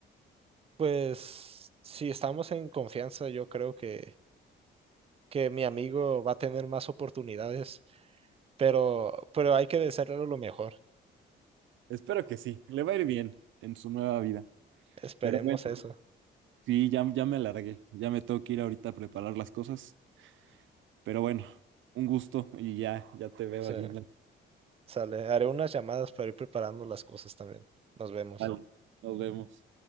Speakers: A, on the right; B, on the right.
A: Pues si estamos en confianza, yo creo que que mi amigo va a tener más oportunidades, pero, pero hay que desearle lo mejor.
B: Espero que sí, le va a ir bien en su nueva vida.
A: Esperemos
B: Pero bueno,
A: eso.
B: sí, ya, ya me largué, ya me tengo que ir ahorita a preparar las cosas. Pero bueno, un gusto y ya, ya te veo
A: Sí,
B: aquí en la...
A: sale. Haré unas llamadas para ir preparando las cosas también. Nos vemos.
B: Vale, nos vemos.